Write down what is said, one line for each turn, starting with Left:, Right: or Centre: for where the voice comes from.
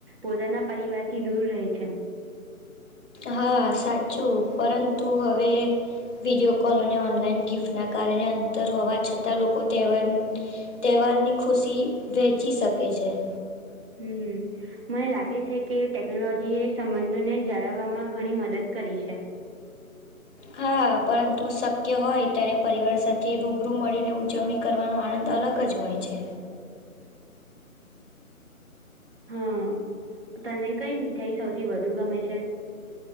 Right: પોતાના પરિવારથી દૂર રહે છે.
Left: હા, સાચું. પરંતુ હવે વિડીયો કોલ અને ઓનલાઈન ગિફ્ટના કારણે અંતર હોવા છતાં લોકો તેહેવાર તહેવાર ની ખુશી વહેચી શકે છે.
Right: હમ. મને લાગે છે કે ટેકનોલોજી એ સંબંધોને જાળવવામાં ઘણી મદદ કરી છે.
Left: હા, પરંતુ શક્ય હોય ત્યારે પરિવાર સાથે રૂબરૂ મળીને ઉજવણી કરવાનો આનંદ અલગ જ હોય છે.
Right: હા, તને કઈ મીઠાઈ સૌથી વધુ ગમે છે?